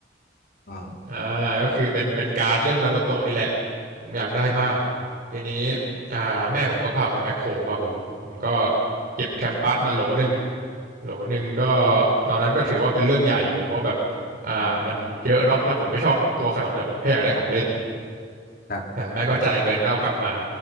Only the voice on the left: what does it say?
อ๋อ
อืมครับ